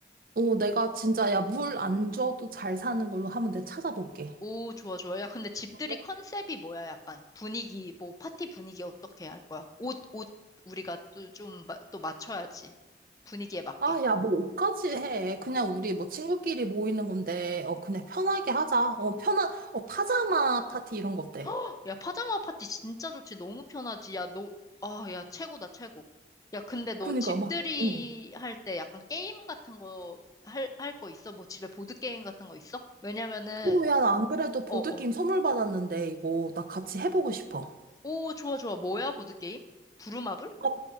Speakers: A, on the right; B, on the left.
A: 어, 내가 진짜, 야, 물 안 줘도 잘 사는 걸로 한번 내가 찾아볼게.
B: 오, 좋아, 좋아. 야, 근데 집들이
A: 어.
B: 컨셉이 뭐야? 약간 분위기, 뭐 파티 분위기 어떻게 할 거야? 옷, 옷, 우리가 또 좀, 마- 또 맞춰야지. 분위기에 맞게.
A: 아, 야, 뭐 옷까지 해. 그냥 우리 뭐 친구끼리 모이는 건데, 어, 그냥 편하게 하자. 어, 편한, 어, 파자마 파티 이런 거 어때?
B: <gasps> 야, 파자마 파티 진짜 좋지. 너무 편하지. 야, 너, 아, 야, 최고다, 최고. 야, 근데 너
A: 그니까
B: 집들이
A: 막, 어.
B: 할 때 약간 게임 같은 거 할, 할 거 있어? 뭐 집에 보드게임 같은 거 있어? 왜냐면은,
A: 어, 야, 나 안 그래도
B: 어,
A: 보드게임
B: 어.
A: 선물 받았는데, 이거 나 같이 해보고 싶어.
B: 오, 좋아, 좋아. 뭐야, 보드게임? 부루마블?
A: 어,